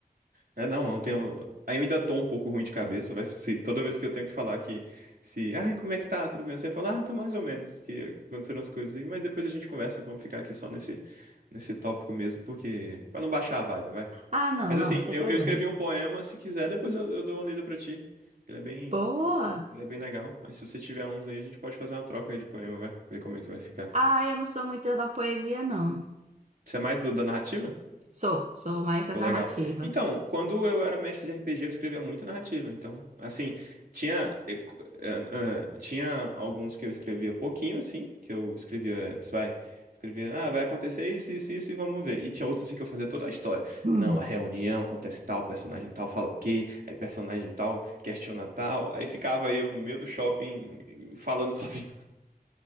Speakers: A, on the right; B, on the right.
A: É, não, eu não tenho. Aí eu ainda tô um pouco ruim de cabeça, vai se toda vez que eu tenho que falar que se, ai, como é que tá? Tudo bem? Você fala, ah, tô mais ou menos, que aconteceram as coisas aí, mas depois a gente conversa, vamos ficar aqui só nesse nesse tópico mesmo, porque pra não baixar a vibe, vai.
B: Ah, não,
A: Mas
B: não,
A: assim,
B: sem
A: eu,
B: problema.
A: eu escrevi um poema, se quiser, depois eu, eu dou uma lida pra ti. Ele é bem,
B: Boa!
A: ele é bem legal. Mas se você tiver uns aí, a gente pode fazer uma troca aí de poema, vai. Ver como é que vai ficar.
B: Ah, eu não sou muito da poesia, não.
A: Você é mais do da narrativa?
B: Sou, sou mais da
A: Pô,
B: narrativa.
A: legal. Então, quando eu era mestre de RPG, eu escrevia muita narrativa. Então, assim, tinha, eh, co- eh, eh, tinha alguns que eu escrevia pouquinho, assim, que eu escrevia, vai, escrevia, ah, vai acontecer isso, isso, isso, e vamos ver. E tinha outros, assim, que eu fazia toda a história.
B: Hum.
A: Não, a reunião, acontece tal, personagem tal, fala o quê, aí personagem tal, questiona tal. Aí ficava eu no meio do shopping eh, falando <laughs> sozinho.